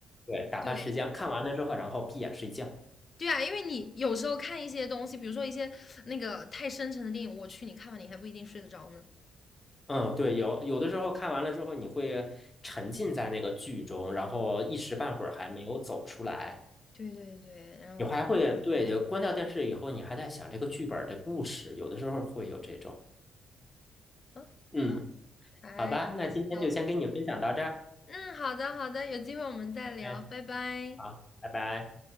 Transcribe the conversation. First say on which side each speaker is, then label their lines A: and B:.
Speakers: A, on the left; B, on the left.
A: 对，打发时间，
B: 对
A: 看完了之后，然后闭眼睡觉。
B: 对啊，因为你有时候看一些东西，比如说一些那个太深沉的电影，我去，你看完你还不一定睡得着呢。
A: 嗯，对，有有的时候看完了之后，你会沉浸在那个剧中，然后一时半会儿还没有走出来。
B: 对对对，然后
A: 你还会，对，有关掉电视以后，你还在想这个剧本儿的故事，有的时候会有这种。
B: 啊，
A: 嗯，
B: 太搞笑了。
A: 好吧，那今天就先跟你分享到这儿。
B: 嗯，好的好的，有机会我们再聊，
A: 哎，
B: 拜拜。
A: 好，拜拜。